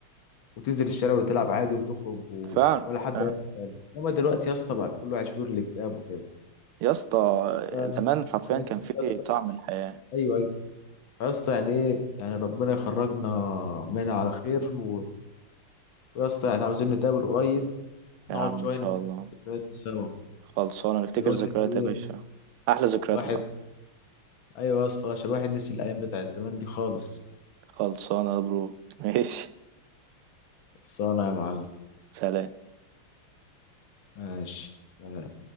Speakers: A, on the left; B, on the right.
A: وتنزل الشارع وتلعب عادي وتخرج و...
B: فعلا
A: ولا حد
B: فعلا
A: هياخد باله انما دلوقتي يا اسطى بقى كله عايش في دور الاكتئاب وكده
B: يا اسطى
A: ف-
B: زمان حرفيا
A: فيا
B: كان
A: اسطى
B: في
A: يا اسطى-
B: طعم الحياة
A: ايوه ايوه يا اسطى يعني ايه يعني ربنا يخرجنا منها على خير و... ويا اسطى يعني عاوزين نتقابل قريب
B: يا
A: نقعد
B: عم
A: شويه
B: ان شاء
A: نفتكر
B: الله
A: الذكريات دي سوا
B: خلصانة نفتكر
A: عشان الواحد
B: ذكريات
A: ايه
B: يا باشا أحلى ذكريات
A: الواحد
B: يا صاحبي
A: ايوه يا اسطى عشان الواحد نسي الايام بتاعت زمان دي خالص
B: خلصانة يا برو <laughs> ماشي
A: خلصانه يا معلم
B: سلام
A: ماشي سلام.